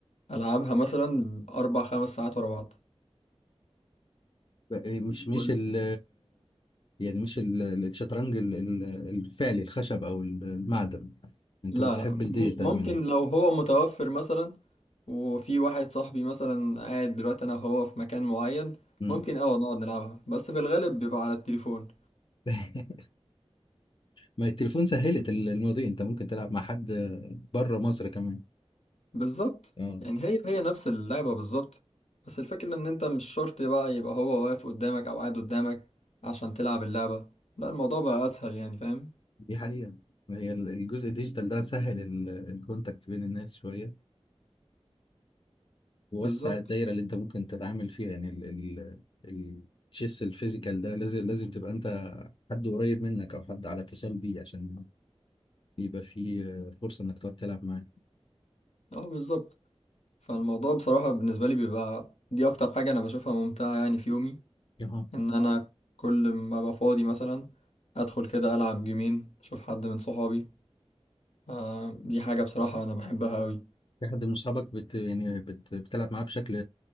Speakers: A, on the left; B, on the left.
A: العبها مثلا اربع خمس ساعات ورا بعض
B: بقى- مش مش
A: كل
B: ال يعني مش ال... الشطرنج ال... ال- الفعلي الخشب او ال- المعدن انت
A: لا
B: بتحب
A: لا م-
B: الديجيتال
A: ممكن
B: منه
A: لو هو متوفر مثلا وفي واحد صاحبي مثلا قاعد دلوقتي انا وهو في مكان معين
B: مم.
A: ممكن اه نقعد نلعبها بس في الغالب بيبقى على التليفون
B: <laughs> ما التليفون سهلت المواضيع انت ممكن تلعب مع حد بره مصر كمان
A: بالظبط
B: اه
A: يعني هي هي نفس اللعبة بالظبط بس الفكرة ان انت مش شرط بقى يبقى هو واقف قدامك او قاعد قدامك عشان تلعب اللعبة لا الموضوع بقى اسهل يعني فاهم
B: دي حقيقة هي ال- الجزء الديجيتال ده سهل ال- الكونتاكت بين الناس شوية ووسع
A: بالظبط
B: الدايره اللي انت ممكن تتعامل فيها يعني ال ال التشيس الفيزيكال ده لازم لازم تبقى انت حد قريب منك او حد على اتصال بيه عشان يبقى في آه، فرصه انك تقعد تلعب معاه
A: اه بالظبط فالموضوع بصراحة بالنسبة لي بيبقى دي اكتر حاجة انا بشوفها ممتعة يعني في يومي
B: اها
A: ان انا كل ما ابقى فاضي مثلا ادخل كده العب جيمين اشوف حد من صحابي آه دي حاجة بصراحة انا بحبها قوي
B: في حد من اصحابك بت يعني بت بتلعب معاه بشكل